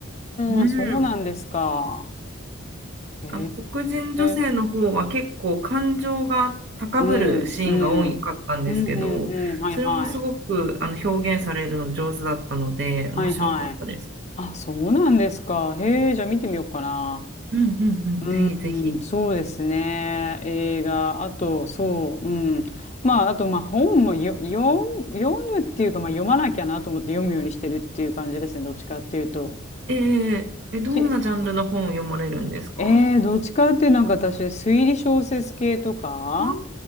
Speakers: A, on the right; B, on the left.
A: うん。
B: ーん、そうなんですか。へ
A: あの黒人女性の方は結構感情が高ぶるシーンが多かったんですけど、
B: え。うんうん。うんうんうん。はいはい。
A: それもすごくあの表現されるの上手だったので、
B: はいはい。
A: 面白かったです。
B: あ、そうなんですか。へえ、じゃあ見てみようかな。
A: うんうんうん。
B: うん、
A: ぜひぜひ。
B: うんそうですね。映画、あと、そう、うん。まあ、あと、まあ、本もよ、読む、読むっていうか、まあ、読まなきゃなと思って読むようにしてるっていう感じですね。どっちかっていうと。
A: えー、え、どんなジャンルの本を読まれるんですか
B: しえー、どっちかっていうとなんか私、推理小説系とか、
A: あ、